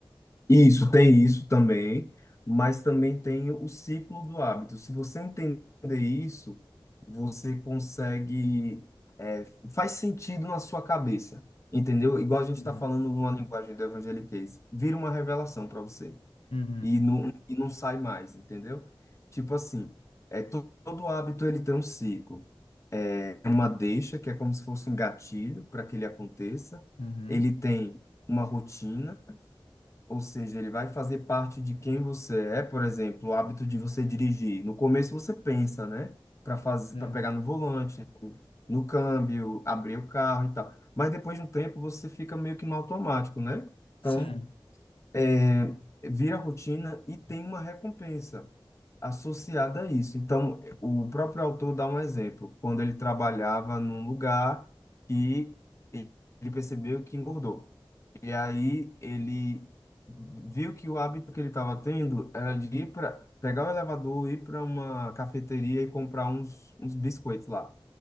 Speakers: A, on the left; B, on the left.
A: Isso, tem isso também, mas também tem o ciclo do hábito. Se você entender isso, você consegue. é, faz sentido na sua cabeça, entendeu? Igual a gente
B: Uhum.
A: está falando numa linguagem do evangeliquez, vira uma revelação para você
B: Uhum.
A: e não, e não sai mais, entendeu? Tipo assim, é, to- todo hábito ele tem um ciclo. É uma deixa, que é como se fosse um gatilho para que ele aconteça,
B: Uhum.
A: ele tem uma rotina ou seja, ele vai fazer parte de quem você é, por exemplo, o hábito de você dirigir. No começo você pensa, né? Para fazer,
B: É.
A: para pegar no volante, no câmbio, abrir o carro e tal. Mas depois de um tempo você fica meio que no automático, né? Então,
B: Sim.
A: é, vira rotina e tem uma recompensa associada a isso. Então, o próprio autor dá um exemplo. Quando ele trabalhava num lugar que ele percebeu que engordou. E aí ele viu que o hábito que ele estava tendo era de ir para pegar o elevador, ir para uma cafeteria e comprar uns, uns biscoitos lá.